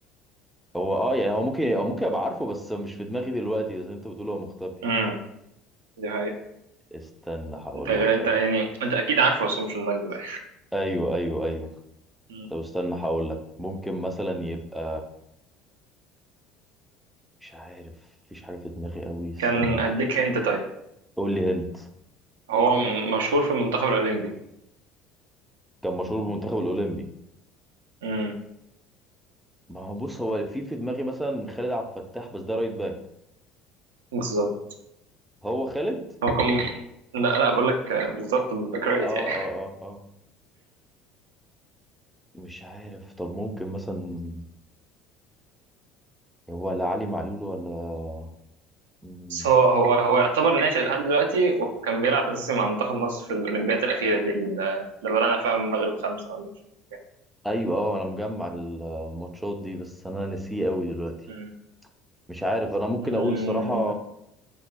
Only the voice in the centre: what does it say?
هو اه يعني هو ممكن هو ممكن ابقى عارفه بس مش في دماغي دلوقتي زي انت بتقول هو مختفي
استنى هقول
لك
طيب
ايوه ايوه ايوه
طب استنى هقول لك ممكن مثلا يبقى مش عارف مفيش حاجة في دماغي قوي استنى
قول لي هنت
كان مشهور بالمنتخب الأولمبي
ما هو بص هو في في دماغي مثلا خالد عبد الفتاح بس ده رايت باك
هو خالد
اه
اه اه اه مش عارف طب ممكن مثلا هو لا علي معلول ولا مم،
ايوه اه انا مجمع الماتشات دي بس انا نسيه قوي دلوقتي
مش عارف انا ممكن
اقول صراحة